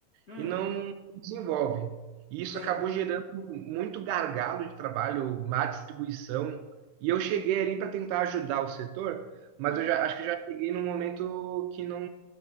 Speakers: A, on the left; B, on the right.
A: Hum,
B: e não desenvolve. E isso
A: sim.
B: acabou gerando muito gargalo de trabalho, má distribuição. E eu cheguei ali para tentar ajudar o setor, mas
A: Hum.
B: eu já acho que já cheguei num momento que não